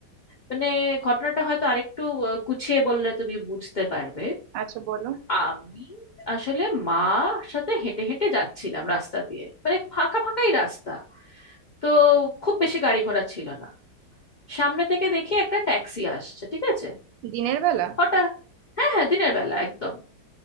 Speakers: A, on the left; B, on the right.
A: মানে ঘটনাটা হয়তো আরেকটু আহ, গুছিয়ে বললে তুমি বুঝতে পারবে
B: আচ্ছা বলো
A: আমি আসলে মার সাথে হেঁটে হেঁটে যাচ্ছিলাম রাস্তা দিয়ে মানে ফাঁকা ফাঁকাই রাস্তা তো খুব বেশি গাড়ি ঘোড়া ছিল না সামনে থেকে দেখি একটা ট্যাক্সি আসছে ঠিক আছে
B: দিনের বেলা
A: হঠাৎ হ্যাঁ হ্যাঁ দিনের বেলা একদম